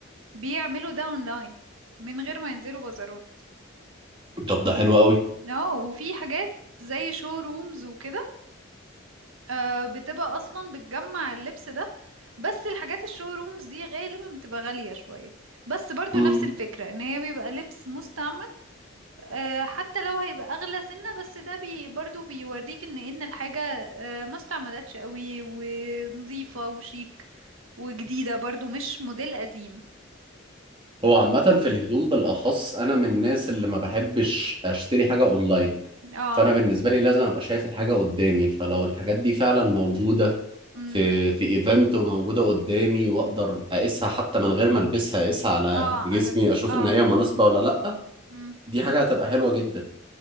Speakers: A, on the right; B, on the right.
A: بيعملوا ده اونلاين من غير ما ينزلوا بازارات
B: طب ده
A: و...
B: حلو قوي
A: اه وفي حاجات زي شو رومز وكده آه، بتبقى اصلا بتجمع اللبس ده بس الحاجات الشو رومز دي غالبا بتبقى غالية شوية بس برضو
B: مم.
A: نفس الفكرة ان هي بيبقى لبس مستعمل آه، حتى لو هيبقى اغلى سنة بس ده بي برضو بيوريك ان ان الحاجة آه، ما استعملتش قوي ونظيفة وشيك وجديدة برضو مش موديل قديم
B: هو عامة في الهدوم بالأخص أنا من الناس اللي ما بحبش أشتري حاجة أونلاين
A: اه
B: فأنا بالنسبة لي لازم أبقى شايف الحاجة قدامي فلو الحاجات دي فعلا موجودة
A: امم
B: في في إيفنت وموجودة قدامي وأقدر أقيسها حتى من غير ما ألبسها أقيسها على
A: اه
B: جسمي
A: على
B: أشوف
A: اه
B: إن هي مناسبة ولا لأ
A: امم
B: دي حاجة هتبقى حلوة جدا